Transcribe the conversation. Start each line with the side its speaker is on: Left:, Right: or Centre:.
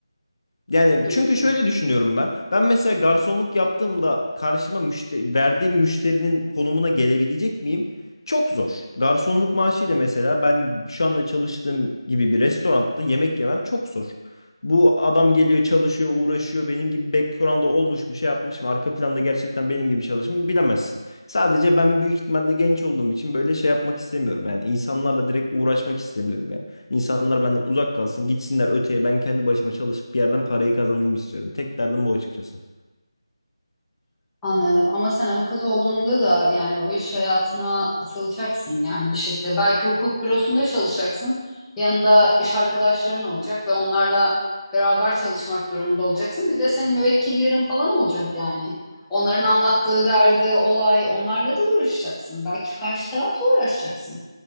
Left: Yani
Centre: Hmm.
Left: çünkü şöyle düşünüyorum ben. Ben mesela garsonluk yaptığımda karşıma müşte verdiğim müşterinin konumuna gelebilecek miyim? Çok zor. Garsonluk maaşıyla mesela ben şu anda çalıştığım gibi bir restoranda yemek yemem çok zor. Bu adam geliyor çalışıyor uğraşıyor benim gibi background'da olmuş mu şey yapmış mı arka planda gerçekten benim gibi çalışmış mı bilemezsin. Sadece ben büyük ihtimalle genç olduğum için böyle şey yapmak istemiyorum yani insanlarla direkt uğraşmak istemiyorum İnsanlar benden uzak kalsın, gitsinler öteye. Ben kendi başıma çalışıp bir yerden parayı kazanayım istiyorum. Tek derdim bu açıkçası.
Centre: Anladım. Ama sen avukat olduğunda da yani o iş hayatına atılacaksın yani bir şekilde. Belki hukuk bürosunda çalışacaksın. Yanında iş arkadaşların olacak ve onlarla beraber çalışmak durumunda olacaksın. Bir de senin müvekkillerin falan olacak yani. Onların anlattığı derdi, olay, onlarla da uğraşacaksın. Belki karşı tarafla uğraşacaksın.